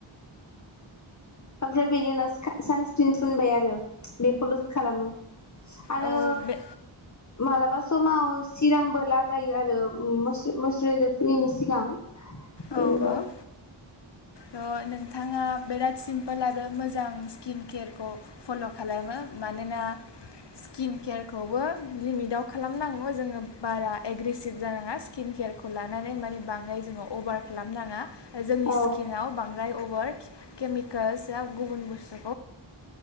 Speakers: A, on the left; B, on the left.
A: ओमफ्राय बेनि उनाव सानस्क्रिन फुनबाय आरो बेखौ लुस खालामो आरो
B: औ बे
A: मालाबा समाव सिरामबो लागायो आरो <unintelligible> सिगां <unintelligible>
B: औ औ थ' नोंथाङा बिराद सिम्पोल आरो मोजां स्किन केयारखौ फल' खालामो मानोना स्किन केयारखौबो लिमिटाव खालामनांगौ जोङो बारा एग्रेसिभ जानाङा स्किन केेयारखौ लानानै माने बाङाय जोङो अभार खालामनाङा। जोंनि स्किनाव
A: औ
B: बां अभार केमिकेल्सआ गुबुन बुस्थु